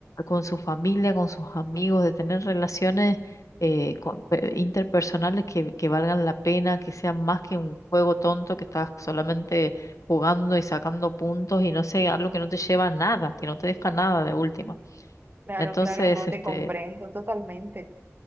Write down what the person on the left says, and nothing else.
con su familia, con sus amigos, de tener relaciones eh, con- pe- interpersonales que, que valgan la pena, que sean más que un juego tonto que estás solamente jugando y sacando puntos y no sé, algo que no te lleva a nada, que no te deja nada de última.
Entonces,
este,